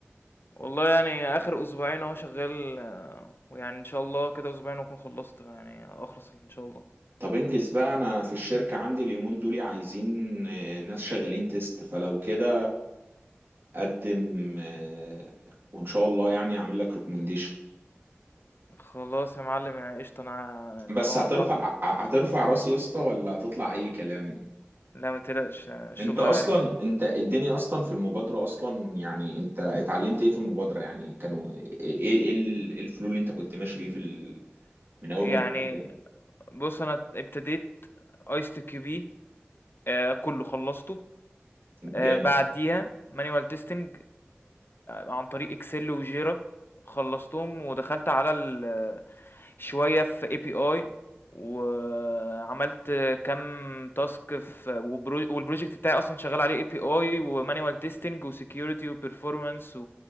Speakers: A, on the left (about 55°); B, on the right (about 65°).
A: والله يعني اخر اسبوعين اهو شغال آه، ويعني ان شاء الله كده اسبوعين واكون خلصت يعني اخلص ان شاء الله
B: طب انجز بقى انا في الشركة عندي اليومين دول عايزين آه، ناس شغالين تيست فلو كده قدم آه، وان شاء الله يعني اعمل لك ريكومنديشن
A: خلاص يا معلم يعني قشطه انا نبقى
B: بس
A: مع
B: هترفع
A: بعض
B: ه- هترفع راسي يا اسطى ولا هتطلع اي كلام
A: لا ما تقلقش آه، الشغل
B: انت اصلا
A: عالي
B: انت الدنيا اصلا في المبادرة اصلا يعني انت اتعلمت ايه في المبادرة يعني كانوا ايه ايه ال- إيه الفلو اللي انت كنت ماشي بيه في ال... من اول
A: يعني
B: ما دخلت ال-
A: بص انا ابتديت ايست كيو بي آه، كله خلصته
B: جامد
A: آه، بعديها مانيوال تيستنج عن طريق اكسل وجيرا خلصتهم ودخلت على ال- آه، شوية في اي بي اي وعملت كام تاسك في وبرو- والبروجكت بتاعي اصلا شغال عليه اي بي اي ومانيوال تيستنج وسكيورتي وبرفورمانس